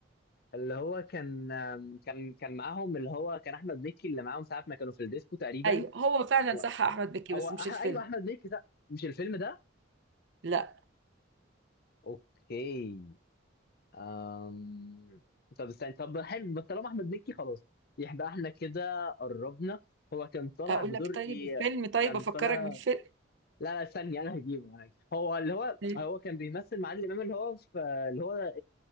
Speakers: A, on the left; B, on the right.
A: اللي هو كان آم، كان كان معاهم اللي هو كان احمد مكي اللي معاهم ساعه ما كانوا في الديسكو تقريبا
B: ايوه هو فعلا
A: و...
B: صح احمد مكي
A: او
B: بس
A: أح...
B: مش الفيلم
A: ايوه احمد مكي ده مش الفيلم ده
B: لا
A: اوكي أم... طب استنى طب حلو بس طالما احمد مكي خلاص يبقى احنا كده قربنا هو كان طالع
B: اقول
A: بدور
B: لك طيب
A: ايه
B: الفيلم طيب
A: كان
B: افكرك
A: طالع
B: بالفيلم
A: لا لا ثانية انا هجيبه انا هجيبه. هو اللي هو
B: طيب.
A: هو كان بيمثل مع عادل امام اللي هو في اللي هو